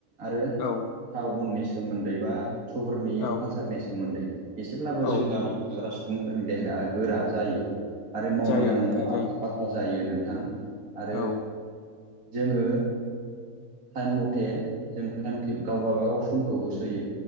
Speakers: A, on the right; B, on the left.
A: आरो थाव
B: औ
A: उननि स सोमोन्दै बा सहरनि
B: औ
A: काल्सारनि सोमोन्दै एसेब्लाबो
B: औ
A: जों गामियाव थाग्रा सुबुंफोरनि देहाया गोरा जायो आरो मावनाय
B: जायो
A: दांनायाव
B: नोंथां जायो
A: आखा फाखा जायो नोंथां आरो
B: औ
A: जोङो टाइम मथे जों टाइम गाव गाबागाव समखौ होसोयो